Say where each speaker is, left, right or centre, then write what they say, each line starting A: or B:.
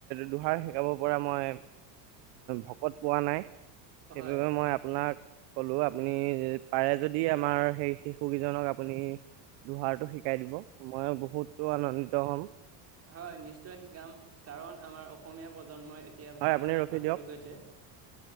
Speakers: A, on the right; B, on the right.
A: দোহাৰ শিকাব পৰা মই ভকত পোৱা নাই। সেইবাবে
B: হয়
A: মই আপোনাক ক'লো আপুনি পাৰে যদি আমাৰ সেই শিশু কিজনক আপুনি দোহাৰটো শিকাই দিব। মইও বহুতো আনন্দিত হম।
B: হয়, নিশ্চয় শিকাম কাৰণ আমাৰ অসমীয়া প্ৰজন্মই এতিয়া
A: হয়
B: ভাওনা
A: আপুনি ৰখি
B: পাহৰি
A: দিয়ক
B: গৈছে।